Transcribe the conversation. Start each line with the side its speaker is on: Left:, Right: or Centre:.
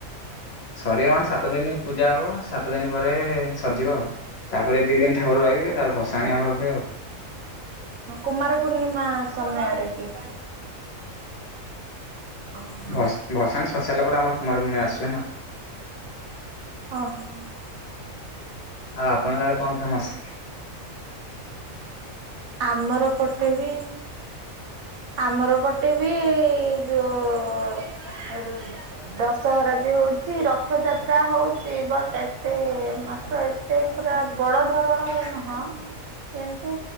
Left: ସରିବ ମାନେ ସାତ ଦିନ ପୂଜା ହବ ସାତ ଦିନ ପରେ ସରିଯିବ ଆଉ। ତାପରେ ଦିଇ ଦିନ ଠାକୁର ରହିବେ। ତାପରେ ଭସାଣି ଆମର ହୁଏ ଆଉ।
Right: କୁମାର ପୂର୍ଣ୍ଣିମା ସମୟରେ କି? ଓହୋ
Left: ଭ ଭସାଣ ସରି ସାରିଲା ପରେ ଆମର କୁମାରପୂର୍ଣ୍ଣମା ଆସିବ ନା।
Right: ଓହୋ।
Left: ଆଉ ଆପଣଙ୍କ ଆଡେ କଣ ଫେମସ?
Right: ଆମର ପଟେ ବି ଆମର ପଟେ ବି ଯଉ ଦଶହରା ବି ହଉଛି ରଥଯାତ୍ରା ହଉଛି ବଟ ଏତେ ମାତ୍ର ସେ ପୁରା ବଡ ଧରଣର ନୁହଁ କିନ୍ତୁ